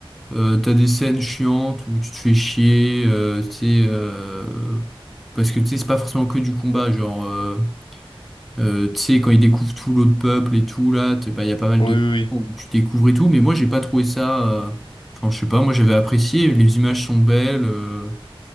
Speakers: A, in the centre; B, on the left (about 55°).
A: euh, t'as des scènes chiantes où tu te fais chier, euh, tu sais, euh, parce que tu sais, c'est pas forcément que du combat, genre, euh, euh, tu sais, quand ils découvrent tout l'autre peuple et tout, là, t'es- bah, il y a pas mal
B: Oui,
A: de
B: oui, oui.
A: où tu découvres et tout, mais moi, j'ai pas trouvé ça, euh, enfin, je sais pas, moi, j'avais apprécié, les images sont belles, euh,